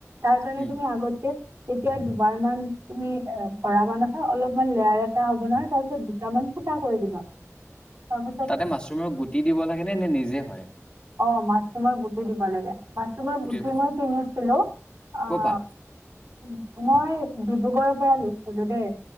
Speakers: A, on the right; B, on the left.
A: তাৰ কাৰণে
B: উম
A: তুমি আগতে তেতিয়া দুবাৰ মান তুমি এ ভৰাবা নহয়, অলপমান লেয়াৰ এটা হ'ব নহয়, তাৰপিছত দুটামান ফুটা কৰি দিবা তাৰপিছত
B: তাতে মাছৰুমৰ গুটি দিব লাগে নে? নে নিজে হয়।
A: অ মাছৰুমৰ গুটি দিব লাগে। মাছৰুমৰ
B: গুটিৰ
A: গুটি
B: পৰিমাণ
A: মই কিনিছিলো, অ
B: ক'ৰ
A: মই
B: পৰা
A: ডিব্ৰুগড়ৰ পৰা লৈছিলো দেই